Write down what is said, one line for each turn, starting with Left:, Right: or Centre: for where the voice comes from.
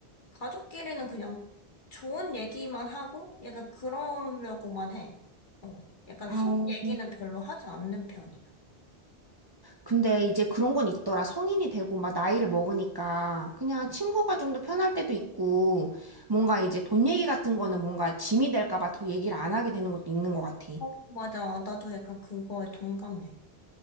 Left: 가족끼리는 그냥 좋은 얘기만 하고, 약간 그러려고만 해. 어, 약간
Right: 아우.
Left: 속 얘기는 별로 하지 않는 편이야.
Right: 근데 이제 그런 건 있더라. 성인이 되고 막 나이를 먹으니까 그냥 친구가 좀 더 편할 때도 있고, 뭔가 이제 돈 얘기 같은 거는 뭔가 짐이 될까 봐 더 얘기를 안 하게 되는 것도 있는 것 같아.
Left: 어, 맞아. 나도 약간 그거에 동감해.